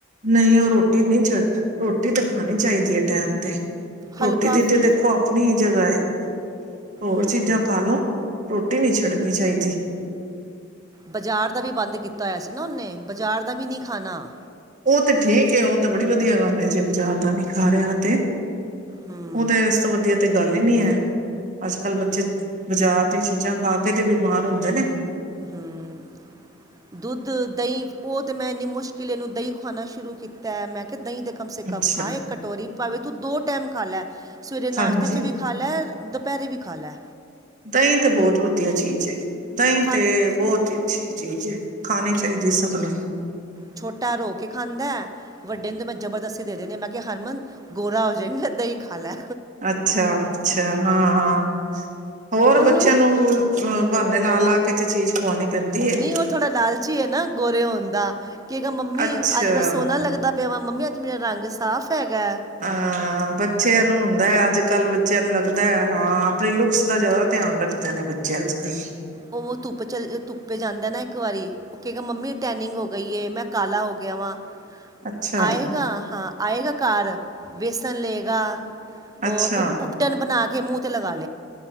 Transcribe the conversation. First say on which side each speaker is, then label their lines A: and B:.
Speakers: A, on the right; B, on the right.
A: ਨਹੀਂ ਉਹ ਰੋਟੀ ਨੀ ਛਡ, ਰੋਟੀ ਤੇ ਖਾਨੀ ਚਾਹੀਦੀ ਏ ਟੈਮ ਤੇ
B: ਹਲਕਾ
A: ਰੋਟੀ ਦੀ
B: ਫੁਲਕਾ
A: ਤੇ ਦੇਖੋ ਅਪਨੀ ਜਗ੍ਹਾ ਏ, ਹੋਰ
B: ਹੂੰ
A: ਚੀਜ਼ਾਂ ਖਾ ਲੋ ਰੋਟੀ ਨੀ ਛੱਡਣੀ ਚਾਹੀਦੀ
B: ਬਜ਼ਾਰ ਦਾ ਵੀ ਬੰਦ ਕੀਤਾ ਹੋਇਆ ਸੀ ਨਾ ਉਹਨੇ, ਬਾਜ਼ਾਰ ਦਾ ਵੀ ਨਹੀਂ ਖਾਨਾ
A: ਉਹ ਤੇ ਠੀਕ ਉਹ ਤੇ ਬੜੀ ਵਧੀਆ ਗੱਲ ਜੇ ਬਾਜ਼ਾਰ ਦਾ ਨੀ ਖਾ ਰਿਹਾ ਤੇ
B: ਹੂੰ
A: ਉਹ ਤਾਂ ਇਸ ਤੋਂ ਵਧੀਆ ਤੇ ਗੱਲ ਈ ਨੀ ਹੈ, ਅੱਜ ਕੱਲ ਬੱਚੇ ਬਾਜ਼ਾਰ ਦੀ ਚੀਜ਼ਾਂ ਖਾ ਕੇ ਤੇ ਬਿਮਾਰ ਹੁੰਦੇ ਨੇ
B: ਹਮ ਦੁੱਧ, ਦਹੀਂ ਉਹ ਤੇ ਮੈਂ ਏਨੀ ਮੁਸ਼ਕਿਲ ਏਨੂੰ ਦਹੀਂ ਖੂਆਣਾ ਸ਼ੁਰੂ ਕੀਤਾ, ਮੈਂ ਕਿਹਾ ਦਹੀਂ ਦੇ ਕਮ ਸੇ
A: ਅੱਛਾ
B: ਕਮ ਖਾ ਏਕ ਕਟੋਰੀ ਪਾਵੇ ਤੂੰ ਦੋ ਟਾਈਮ ਖਾ ਲੈ ਸਵੇਰੇ ਨਾਸ਼ਤੇ
A: ਹਾਂਜੀ।
B: ਚ ਵੀ ਖਾ ਲੈ ਦੁਪਹਿਰੇ ਵੀ ਖਾ ਲੈ
A: ਦਹੀਂ ਤੇ ਬਹੁਤ ਵਧੀਆ ਚੀਜ਼ ਏ, ਦਹੀਂ
B: ਖਾਂ
A: ਤੇ ਬਹੁਤ ਹੀ ਜੀ ਜੀ ਖਾਣੀ ਚਾਹੀਦੀ ਸਭ ਨੂੰ
B: ਛੋਟਾ ਰੋ ਕੇ ਖਾਂਦੇ ਵੱਡੇ ਨੂੰ ਤਾਂ ਮੈਂ ਜਬਰਦਸਤੀ ਦੇ ਦਿੰਦੀ ਹੈ‌ ਮੈਂ ਕਿਹਾ ਹਰਮਨ ਗੋਰਾ ਹੋ ਜਾਏਗਾ ਦਹੀਂ ਖਾ ਲੈ
A: ਅੱਛਾ ਅੱਛਾ ਹਾਂ ਹਾਂ ਹੋਰ
B: ਉਹਨੂੰ
A: ਬੱਚਿਆਂ ਨੂੰ ਹਾਂ ਬਹਾਨੇ ਲਾ ਲਾ ਕੇ ਤੇ ਚੀਜ਼ ਖਵਾਉਣੀ ਪੈਂਦੀ ਏ।
B: ਨਹੀਂ ਉਹ ਥੋੜ੍ਹਾ ਲਾਲਚੀ ਹੈ ਨਾ ਗੋਰੇ ਹੋਣ ਦਾ ਕੀ ਮੰਮੀ
A: ਅੱਛਾ,
B: ਅੱਜ ਮੈਂ ਸੋਹਣਾ ਲੱਗਦਾ ਪਿਆ ਮੰਮੀ ਅੱਜ ਮੇਰਾ ਰੰਗ ਸਾਫ਼ ਹੈਗਾ
A: ਹਾਂ ਬੱਚਿਆਂ ਨੂੰ ਹੁੰਦਾ ਹੈ ਅੱਜ ਕੱਲ੍ਹ ਬੱਚਿਆਂ ਨੂੰ ਲੱਗਦਾ ਹੈ ਹਾਂ ਆਪਣੇ ਲੁੱਕਸ ਦਾ ਜ਼ਿਆਦਾ ਧਿਆਨ ਰੱਖਦੇ ਨੇ ਬੱਚਾ ਚੇ ਅੱਜ ਕੱਲ
B: ਉਹ ਧੁੱਪ ਚੱਲ ਧੁੱਪੇ ਜਾਂਦਾ ਨਾ ਇੱਕ ਵਾਰੀ ਉਹ ਕਹਿੰਦਾ ਮੰਮੀ ਟੈਨਿੰਗ ਹੋ ਗਈ ਹੈ ਮੈਂ ਕਾਲਾ ਹੋ ਗਿਆ ਵਾਂ
A: ਅੱਛਾ,
B: ਆਏਗਾ ਹਾਂ ਆਏਗਾ ਘਰ ਬੇਸਨ ਲਏਗਾ ਉਹ
A: ਅੱਛਾ,
B: ਉਪ ਉਪ ਟਨ ਬਣਾ ਕੇ ਮੂੰਹ ਤੇ ਲਗਾ